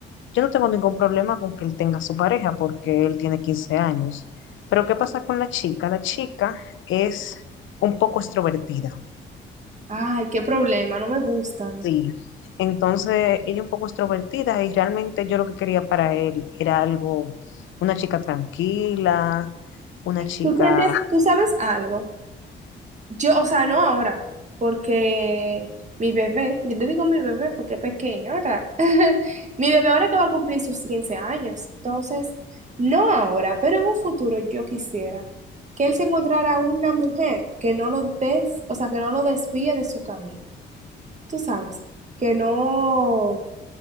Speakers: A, on the left; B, on the right.
A: Yo no tengo ningún problema con que él tenga su pareja porque él tiene 15 años. Pero ¿qué pasa con la chica? La chica es un poco extrovertida.
B: Ay, qué problema, no me gustan.
A: Sí, entonces ella un poco extrovertida y realmente yo lo que quería para él era algo, una chica tranquila, una chica,
B: ¿Tú sientes, tú sabes algo? Yo, o sea, no ahora, porque mi bebé, yo le digo mi bebé porque es pequeño, ¿verdad? <laughs> Mi bebé ahora que va a cumplir sus 15 años, entonces, no ahora, pero en un futuro yo quisiera que él se encontrara una mujer que no lo des, o sea, que no lo desvíe de su camino. Tú sabes, que no